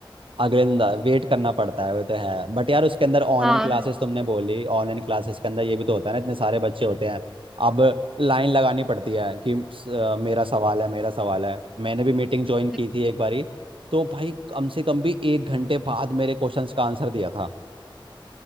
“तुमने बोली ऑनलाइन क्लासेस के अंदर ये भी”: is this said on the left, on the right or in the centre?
Right